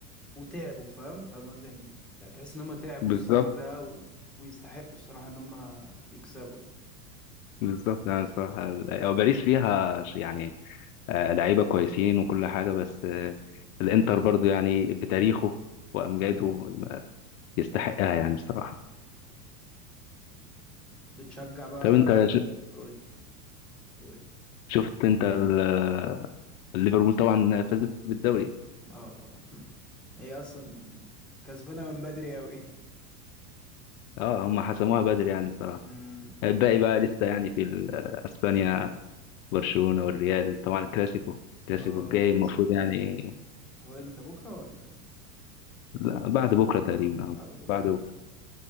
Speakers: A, in the centre; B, on the left.
A: وتعبوا فاهم فاهم قصدي يعني تحس ان هم تعبوا
B: بالظبط
A: السيزون ده و... ويستحقوا الصراحة ان هم يكسبوا
B: بالظبط يعني الصراحة أو باريس فيها ش- يعني آه، لعيبة كويسين وكل حاجة بس آه، الإنتر برضو يعني بتاريخه وأمجاده
A: اه
B: آه، يستحقها يعني الصراحة
A: بتشجع بقى
B: طب أنت ش-
A: قولي قولي
B: شفت أنت ال- آه، ليفربول طبعا فاز بالدوري
A: اه طبعا <laughs> هي اصلا كسبانة من بدري قوي
B: اه هم حسموها بدري يعني الصراحة
A: امم
B: الباقي بقى لسه يعني في ال- اسبانيا برشلونة والريال طبعا الكلاسيكو
A: <laughs>
B: الكلاسيكو
A: اه
B: الجاي
A: كلاسيكو
B: المفروض يعني
A: هو امتى بكرة ولا امتى
B: لا، بعد بكره تقريبا
A: بعد
B: أو
A: بكرة
B: بعد بكره